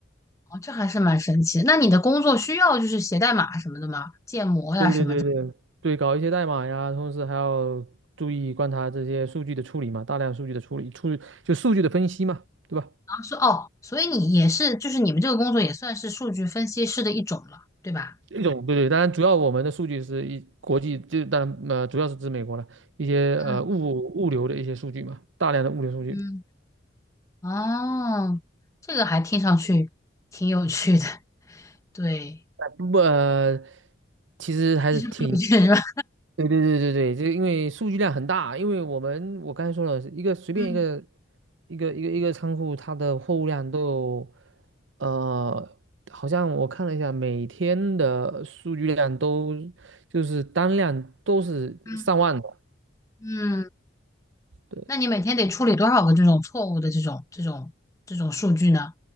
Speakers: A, on the left (about 15°); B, on the right (about 75°).
A: 哦，这还是蛮神奇的那你的工作需要就是写代码什么的吗？建模呀什么的。
B: 对对对对对，搞一些代码呀，同时还要注意观察这些数据的处理嘛，大量数据的处理，处就数据的分析嘛，对吧？
A: 啊说哦，所以你也是，就是你们这个工作也算是数据分析师的一种了，对吧？
B: 一种对对，当然主要我们的数据是一国际，就当然呃主要是指美国了一些呃物物流的一些数据嘛，
A: 嗯
B: 大量的物流数据。
A: 嗯，哦，这个还听上去挺有趣的，对，
B: 不，呃，其实还是挺，
A: <laughs> 有趣是吧？
B: 对对对对对，这因为数据量很大，因为我们我刚才说了，一个随便一个
A: 嗯
B: 一个一个一个仓库，它的货物量都有，呃，好像我看了一下，每天的数据量都就是单量都是上万的，
A: 嗯嗯，
B: 对，
A: 那你每天得处理多少个这种错误的这种这种这种数据呢？